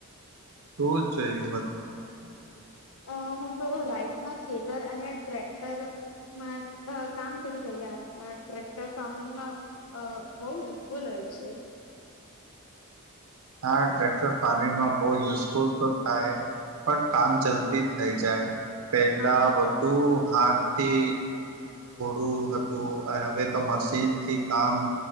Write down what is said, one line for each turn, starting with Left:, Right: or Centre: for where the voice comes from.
Right: શું જોયું હતું તમે?
Left: અ હું તો રાઈસ ના છેતર અને ટ્રેક્ટર મા અ કામ કરી રહ્યા હત ટ્રેક્ટર ફાર્મિંગમાં અ બહુ યુઝફુલ હોય છે. <inaudible>
Right: હા ટ્રેક્ટર ફાર્મિંગમાં બહુ યુઝફુલ તો થાય. પણ, કામ જલ્દી થઈ જાય, પેહલા
Left: હા
Right: બધું હાથ થી. થોડું હતું હવે તો મશીનથી કામ